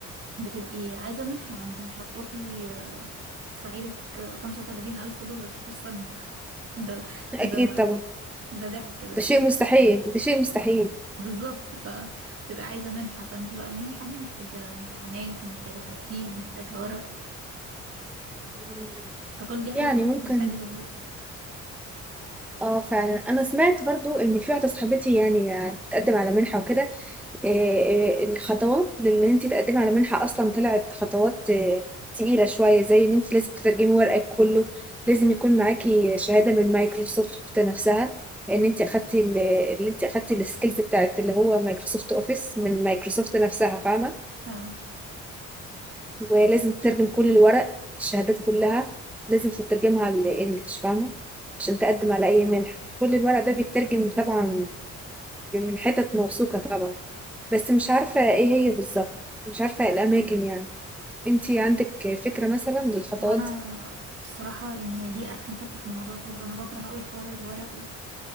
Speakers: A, on the right; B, in the centre.
A: بتبقي عايزة منحة ما انتي مش هتروحي آه، تدفعي لك آه، خمسة وتلاتين ألف دولار في السنة <laughs> ده
B: اكيد
A: ده
B: طبعا
A: ده ضحك ده
B: ده شيء مستحيل ده شيء مستحيل
A: بالظبط فبتبقى عايزة منحة فانتي بقى المنحة دي محتاجة امتحانات ومحتاجة ترتيب محتاجة ورق
B: مم.
A: فكل دي حاجات
B: يعني
A: الواحد
B: ممكن
A: محتاج يظبطها
B: اه فعلا انا سمعت برضو ان في واحدة صاحبتي يعني بتقدم على منحة وكده آه، آه، الخطوات لان انت تقدمي على منحه اصلا طلعت خطوات آه، تقيله شويه زي ان انت لازم تترجمي ورقك كله لازم يكون معاكي شهاده من مايكروسوفت نفسها ان انت اخدتي ال- اللي انت اخدتي السكيلز بتاعت اللي هو مايكروسوفت اوفيس من مايكروسوفت نفسها فاهمه
A: اه
B: ولازم تترجم كل الورق الشهادات كلها لازم تترجمها على الانجليش فاهمه عشان تقدم على اي منحه كل الورق ده بيترجم طبعا من حتت موثوقه طبعا بس مش عارفة ايه هي بالظبط مش عارفة إيه الأماكن يعني انتي عندك فكرة مثلا للخطوات
A: هو انا
B: دي
A: الصراحة يعني هي دي ارخم حتة في الموضوع كله انا بكره قوي حوار الورق